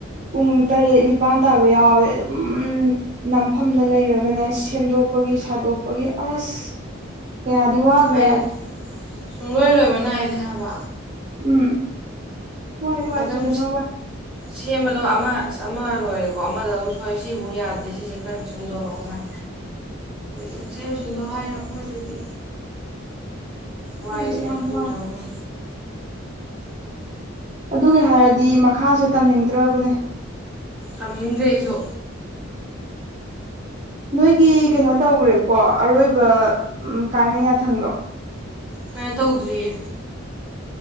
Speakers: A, on the right (about 35°); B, in the centre.
A: ꯄꯨꯡ ꯇꯔꯦꯠ ꯅꯤꯄꯥꯜ ꯇꯥꯕ ꯌꯥꯎꯋꯦ ꯑꯗꯨꯝ ꯅꯝꯐꯝꯗ ꯂꯩꯔꯒꯅꯦ ꯁꯦꯝꯗꯣꯛꯄꯒꯤ ꯁꯥꯗꯣꯛ ꯗꯣꯛꯄꯒꯤ ꯑꯁ ꯀꯌꯥꯗꯤ ꯋꯥꯒ꯭ꯔꯦ
B: ꯍꯥꯏꯗꯤ ꯁꯨꯡꯂꯣꯏ ꯂꯣꯏꯕ ꯅꯥꯏꯗꯦ ꯍꯥꯏꯕ
A: ꯎꯝ ꯋꯥꯏ ꯋꯥꯏ
B: ꯑꯗꯨꯝ
A: ꯐꯖꯅ ꯋꯥꯏ
B: ꯁꯦꯝꯕꯗꯣ ꯑꯃ ꯑ ꯑꯃ ꯂꯣꯏꯔꯦꯀꯣ ꯑꯃꯗ ꯑꯃꯨꯛ ꯁꯣꯏꯑꯦ ꯁꯤꯕꯨꯨꯛ ꯌꯥꯗꯦ ꯁꯤꯁꯦ ꯀꯔ ꯁꯨꯝꯗꯣꯔꯛꯑꯣ ꯍꯥꯏ ꯃꯣꯏꯆꯦꯁꯤꯡꯗꯣ ꯍꯥꯏ ꯑꯩꯈꯣꯏꯗꯗꯤ
A: <unintelligible>
B: ꯋꯥꯏꯁꯦ
A: ꯈꯪꯗꯦ ꯌꯥꯝ
B: ꯃꯣꯏ ꯈꯪꯗ꯭ꯔꯕ
A: ꯋꯥꯏ
B: ꯑꯃ
A: ꯑꯗꯨꯒꯤ ꯍꯥꯏꯔꯗꯤ ꯃꯈꯥꯁꯦ ꯇꯝꯅꯤꯡꯗ꯭ꯔꯕꯅꯦ
B: ꯑ ꯍꯗ꯭ꯔꯦ ꯑꯩꯁꯨ
A: ꯅꯣꯏꯒꯤ ꯀꯩꯅꯣ ꯇꯧꯈ꯭ꯔꯦꯀꯣ ꯑꯔꯣꯏꯕ ꯎ ꯀꯥꯏꯅ ꯌꯥꯊꯪꯗꯣ
B: ꯀꯩꯅ ꯇꯧꯗ꯭ꯔꯤꯌꯦ